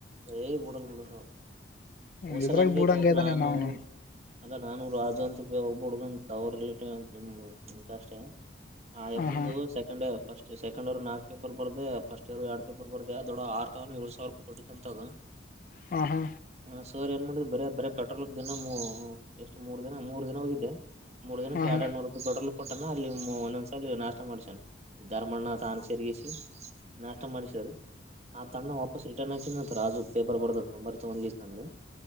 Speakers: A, on the right (about 35°); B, on the left (about 45°).
A: ಏ ಬಿಡಲ್ ಬಿಡು ಅವ್ನು
B: ಹ್ಮ್,
A: ಹೊಸಲ್
B: ಇದ್ರಾಗ
A: ಹಂಗೆ
B: ಬೂಡಂಗ
A: <unintelligible>
B: ಇದಾನೆ
A: ನಾನು.
B: ಅವನು
A: ಅದ ನಾನು ರಾಜು ಅಂತ ಒಬ್ಬ ಹುಡ್ಗುನ್ ಅವ್ರ ರಿಲೇಟಿವ್. <unintelligible> ಅಷ್ಟೇ ಆ ಯಾಪ್ಪುಂದು
B: ಹಾ ಹಾ
A: ಸೆಕೆಂಡ ಪಸ್ಟ್. ಸೆಕಂಡ್ ಇಯಾರು ನಾಕ್ ಪೇಪರ್ ಬರ್ದೆ ಪಸ್ಟ್ ಇಯರ್ ನಾವ್ ಎರ್ಡ್ ಪೇಪರ್ ಬರ್ದೆ ದೊಡ್ಡ ಆರ್ ಸಾವ್ರ ಯೋಳ್ ಸಾವ್ರೂಪಾಯಿ ಕೊಟ್ಟಿದೀನ್. <unintelligible> ತಗ.
B: ಹಾ ಹಾ.
A: ಹ ಸರ್ ಏನ್ ಮಾಡಿದ್ರು ಬರೇ ಬರೇ ಪೆಟ್ರೋಲಿಕ್ ದಿನಮು ಎಷ್ಟು ಮೂರ್ ದಿನ ಮೂರ್ ದಿನ ಹೋಗಿದ್ದೆ. ಮೂರ್ ದಿನಕ್ಕೆ
B: ಹಾ ಹಾ
A: ಎರಡ್ ಎರಡ್ ನೂರೂಪಾಯ್ ಪೆಟ್ರೋಲಾಕ್ ಕೊಟ್ಟಾನ ಅಲ್ಲಿ ಒಂದೊಂದ್ಸಲಿ ನಾಷ್ಟ ಮಾಡ್ಸನ. ದಾರಮಣ್ಣ ತಾನ ಸರ್ಗಿಸಿ ನಾಷ್ಟ ಮಾಡ್ಸಿರು ಆತಣ್ಣ ವಾಪಸ್ ರಿಟರ್ನ್ ಇಸ್ ರಾಜು ಪೇಪರ್ ಬರ್ದತ್ ನಂಬರ್ ತಗೊಂಡಿತ್ ನಂದು